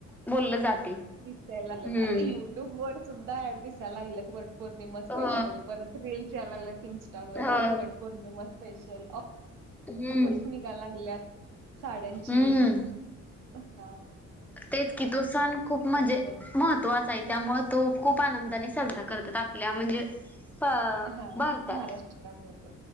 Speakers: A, in the centre; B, on the right.
A: बोललं जाते.
B: त्या याय लागलेत
A: हम्म
B: आता ही यूट्यूब वर सुद्धा ऍड दिसायला लागल्यात वटपौर्णिमा स्पेशल,
A: हो
B: परत रिल्स यायला लागल्यात इंस् टावर
A: हो
B: वटपौर्णिमा स्पेशल ऑ
A: हम्म
B: फर्स निघायला लागल्यात साड्यांचे.
A: हम्म
B: हा.
A: तेच की तो सण खूप म्हणजे
B: बरोबर
A: महत्त्वाचा आहे. त्यामुळे तो खूप आनंदाने साजरा करतात, आपल्या म्हणजे प
B: हा
A: भारतात
B: महाराष्ट्रामध्ये